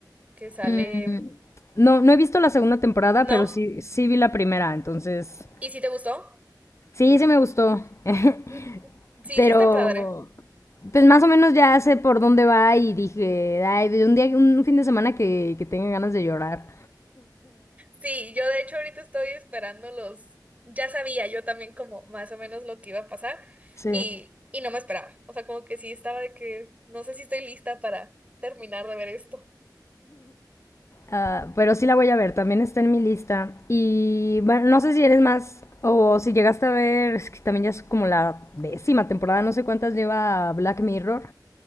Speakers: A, on the right; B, on the left.
A: que sale...
B: Mm, No, no he visto la segunda temporada,
A: No,
B: pero sí, sí vi la primera, entonces
A: ¿y si te gustó?
B: sí, sí me gustó. <laughs>
A: Mm, mm, Sí,
B: Pero,
A: sí está padre.
B: pues más o menos ya sé por dónde va y dije, ay, de un día, un fin de semana que, que tenga ganas de llorar.
A: Sí, yo de hecho ahorita estoy esperando los, ya sabía yo también como más o menos lo que iba a pasar
B: Sí.
A: y, y no me esperaba. O sea, como que sí estaba de que no sé si estoy lista para terminar de ver esto.
B: Uh, pero sí la voy a ver, también está en mi lista. Y bueno, no sé si eres más o si llegaste a ver, es que también ya es como la décima temporada, no sé cuántas lleva Black Mirror.